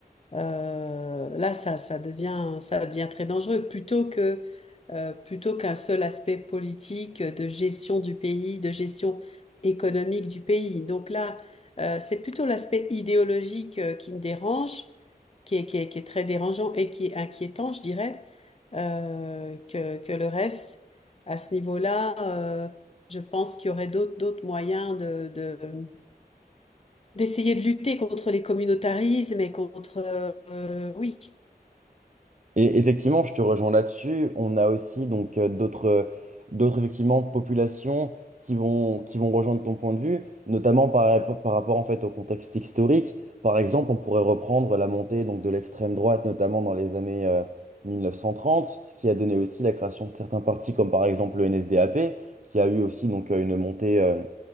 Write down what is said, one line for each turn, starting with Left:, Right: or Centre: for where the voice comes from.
Left: euh, là, ça, ça devient, ça devient très dangereux. Plutôt que, euh, plutôt qu'un seul aspect politique euh, de gestion du pays, de gestion économique du pays. Donc là, euh, c'est plutôt l'aspect idéologique euh, qui me dérange, qui est, qui est, qui est très dérangeant et qui est inquiétant, je dirais, euh, que, que le reste. À ce niveau-là, euh, je pense qu'il y aurait d'autres, d'autres moyens de, de d'essayer de lutter contre les communautarismes et contre... euh, euh, oui,
Right: Et effectivement, je te rejoins là-dessus. On a aussi donc euh, d'autres euh, d'autres effectivement populations qui vont qui vont rejoindre ton point de vue, notamment par, rap- par rapport en fait au contexte historique. Par exemple, on pourrait reprendre la montée donc de l'extrême droite, notamment dans les années euh, 1930, ce qui a donné aussi la création de certains partis comme par exemple le NSDAP, qui a eu aussi donc euh, une montée euh,